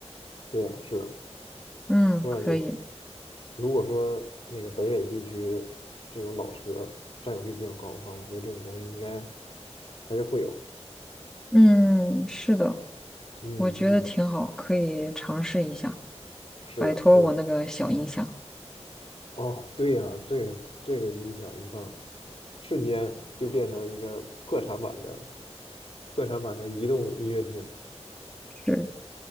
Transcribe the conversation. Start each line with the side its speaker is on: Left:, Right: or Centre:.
Left: 对呀，是的，
Centre: 嗯，
Left: 我感觉
Centre: 可以。
Left: 如果说那个北美地区这种老车占有率比较高的话，我觉得这种东西应该还是会有。
Centre: 嗯，是的，
Left: 嗯嗯，
Centre: 我觉得挺好，可以尝试一下，
Left: 是的，
Centre: 摆脱我那个小音箱。
Left: 是的。哦，对呀，这个这个音响一放，瞬间就变成一个破产版的破产版的移动音乐厅。
Centre: 是，